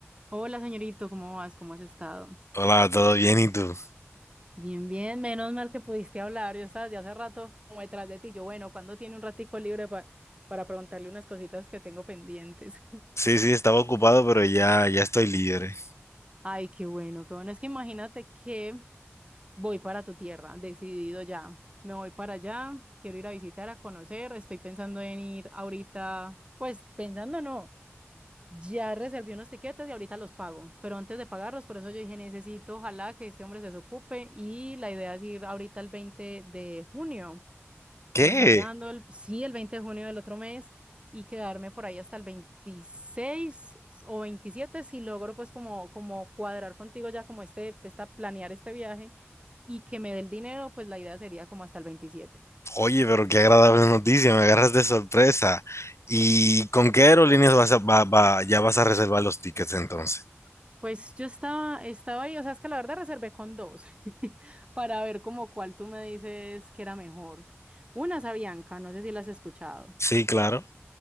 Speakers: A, on the right; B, on the left.
A: Hola, señorito, ¿cómo vas? ¿Cómo has estado?
B: Hola, ¿todo bien? ¿Y tú?
A: Bien, bien, menos mal que pudiste hablar. Yo estaba desde hace rato como detrás de ti. Yo, bueno, ¿cuándo tiene un ratico libre pa- para preguntarle unas cositas que tengo pendientes?
B: Sí, sí, estaba ocupado, pero ya, ya estoy libre.
A: <laughs> Ay, qué bueno, qué bueno. Es que imagínate que voy para tu tierra, decidido ya. Me voy para allá, quiero ir a visitar, a conocer. Estoy pensando en ir ahorita, pues pensando no. Ya reservé unos tiquetes y ahorita los pago, pero antes de pagarlos, por eso yo dije, necesito, ojalá que este hombre se desocupe y la idea es ir ahorita el 20 de junio,
B: ¿Qué?
A: como estar viajando, el, sí, el 20 de junio del otro mes y quedarme por ahí hasta el 26 o 27 si logro pues como, como cuadrar contigo ya como este, esta, planear este viaje y que me dé el dinero, pues la idea sería como hasta el 27.
B: Oye, pero qué agradable noticia, me agarras de sorpresa. ¿Y con qué aerolíneas vas a, va- va- ya vas a reservar los tickets entonces?
A: Pues yo estaba, estaba ahí, o sea, es que la verdad reservé con dos <laughs> para ver como cuál tú me dices que era mejor. Una es Avianca, no sé si la has escuchado.
B: Sí, claro.